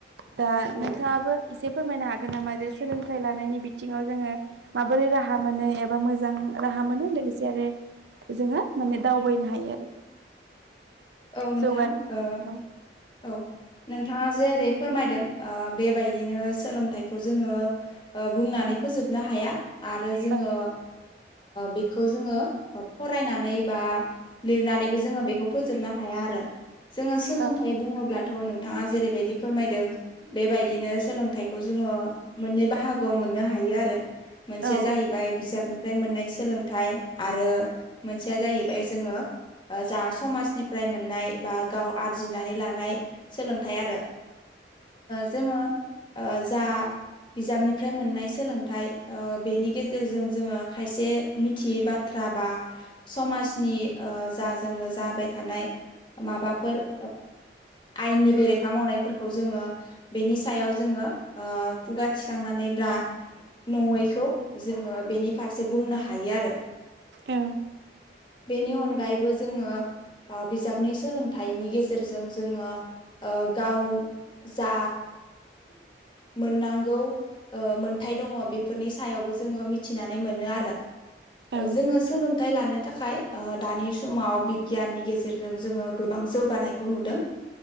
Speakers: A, on the right; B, on the left.
A: दा
B: औ
A: नों आबो इसे फोरमायनो हागोन नामा जे सोलोंथाइ लानायनि बिथिङाव जोङो माबोरै राहा मोन एबा मोज मोजां राहा मोनो लोगोसे आरो जोङो माने दावबायनो हायो आरो
B: औ नोंथां
A: जौगानो हायो
B: ओ औ नोंथाङा जेरै फोरमायदों बेबायदिनो सोलोंथाइखौ जोङो बुंनानै फोजोबनो हाया आरो जोङो
A: औ
B: बेखौ जोङो फरायनानै बा लिरनानैबो जोङो बेखौ फोजोबनो हाया आरो जोङो सोलोंथाइ
A: औ
B: बुङोब्ला थ नोंथाङा जेरैबायदि फोरमायदों बेबायदिनो सोलोंथाइखौ जोङो मोननै बाहागोआव मोननो हायो आरो मोनसेया
A: औ
B: जाहैबाय बिजाबनि फ्राय मोननाय सोलोंथाइ आरो मोनसेया जाहैबाय जोङो जा समाज निफ्राय मोननाय बा गाव आरजिनानै लानाय सोलोंथाइ आरो जोङो जा बिजाबनिफ्राय मोननाय सोलोंथाइ बेनि गेजेरजों जोङो खायसे मिथियै बाथ्रा। बा समनि जा जोङो जााय। थानाय माबाफोर आयेननि बेरेखा मावनायफोरखौ जोङो बेनि सायाव जोङो खुगा थिखांनानै। दा नङैखौ जोङो बेनि फारसे बुंनो हायो आरो।
A: औ
B: बेनि अनगायैबो जोङो। बिजाबनि सोलोंथाइनि गेजेरजों जोङो गाव। जा मोननांगौ मोनथाय दङ बेफोरनि सायावबो जोङो मिथिनानै मोनो आरो।
A: औ
B: जोङो सोलोंथाइ लानो थाखाय दानि समाव बिगियाननि गेजेराव। गेजेरजों जोङो गोबां जौगानायखौ नुदों